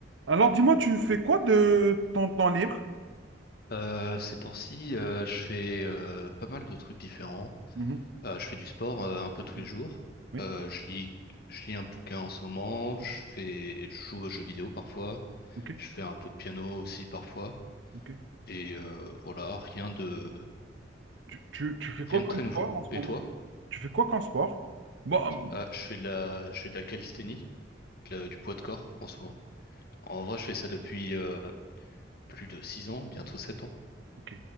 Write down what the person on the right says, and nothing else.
Alors, dis-moi, tu fais quoi de ton temps libre?
Mhm.
Mhm.
Oui,
ok,
ok.
Tu, tu- tu fais quoi
comme
sport
en ce
moment?
Tu fais quoi comme sport? Bon, hum,
ok.